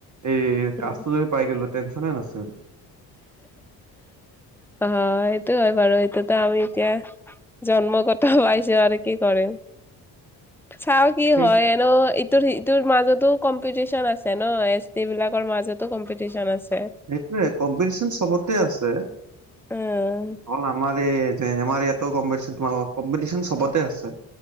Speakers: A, on the right (about 35°); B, in the centre.
A: এই
B: উম
A: কাজটো যদি পাই গলো টেনচনে নাছিল
B: অ সেইটো হয় বাৰু এইটোতো আমি এতিয়া জন্মগত পাইছোঁ আৰু কি কৰিম। চাও কি
A: সেই
B: হয় এনো ইটোৰ ইটোৰ মাজতো কম্পিটিচন আছে ন এছ টি বিলাকৰ মাজতো কম্পিটিচন আছ -
A: সেইটোৱে কম কম্পিটিচন চবতে আছে
B: উম
A: অকল আমাৰ ই যে আমাৰ ইয়াত অ গম পাইছো কম্পিটিশন চবতে আছে।